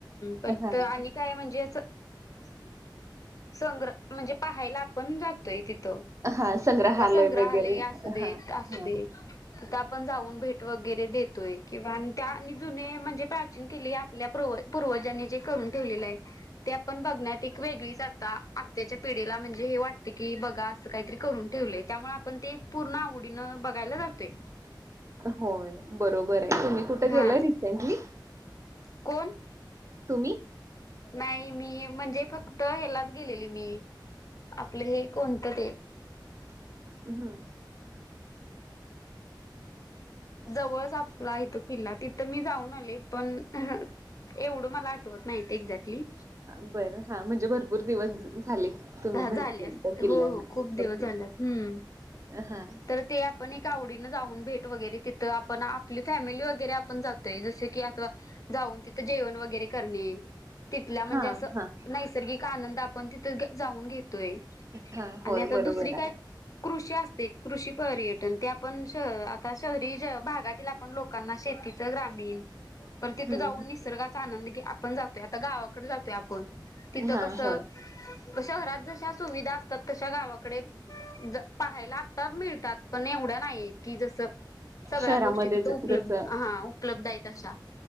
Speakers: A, on the left (about 45°); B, on the right (about 40°).
A: परत
B: हां
A: आणि काय म्हणजे असं संग्रह म्हणजे पाहायला आपण जातोय तिथं
B: हां
A: आता संग्रहालय
B: वगैरे
A: असू देत
B: हां
A: असू
B: हां
A: दे आपण जाऊन भेट वगैरे देतोय किंवा अन् त्या जुने म्हणजे केली आपल्या पूर् पूर्वजांनी जे करून ठेवलेलं आहे ते आपण बघण्यात एक वेगळीच आता आताच्या पिढीला म्हणजे हे वाटते की बघा काहीतरी करून ठेवलेय त्यामुळे आपण ते पूर्ण आवडीन बघायला जातोय
B: होय बरोबर आहे तुम्ही कुठे गेलाय
A: हा
B: रिसेंटली
A: कोण
B: तुम्ही
A: नाही मी म्हणजे फक्त ह्यालाच गेलेली मी आपलं हे कोणतं ते
B: हम
A: जवळच आपला आहे तो किल्ला तिथं मी जाऊन आले पण एवढं मला आठवत नाहीत एक्झॅक्टली
B: बरं म्हणजे भर भरपूर दिवस झाले तुम्ही भेट
A: झाले
B: देऊन त्या किल्ल्याला.
A: हो हो खूप दिवस
B: ओके
A: झालेत हम्म
B: हा
A: तर ते आपण एक आवडीनं जाऊन भेट वगैरे तिथं आपण आपली फॅमिली वगैरे आपण जातोय जस की आता जाऊन तिथं जेवण वगैरे करणे तिथल्या म्हणजे
B: हा
A: असं
B: हा हा
A: नैसर्गिक आनंद आपण तिथे जाऊन घेतोय
B: हा
A: आणि
B: होय
A: आता
B: बरोबर
A: दुसरी काय
B: आहे
A: कृषी असते कृषी पर्यटन ते आपण श आता शहरी भागातील आपण लोक कांना शेतीच ग्रामीण पण तिथं
B: हम्म
A: जाऊन निसर्गात आनंदी आपण जातोय आता गावाकडे जातोय आपण तिथं
B: हा
A: कसं
B: होय
A: शहरात जशा सुविधा असतात तशा गावाकडे पाहायला आत्ता मिळतात पण एवढ्या नाहीय की जसं सगळ्या
B: शहरामध्ये
A: गोष्टी तिथे उपलब्ध
B: जस
A: हा उपलब्ध आहेत अशा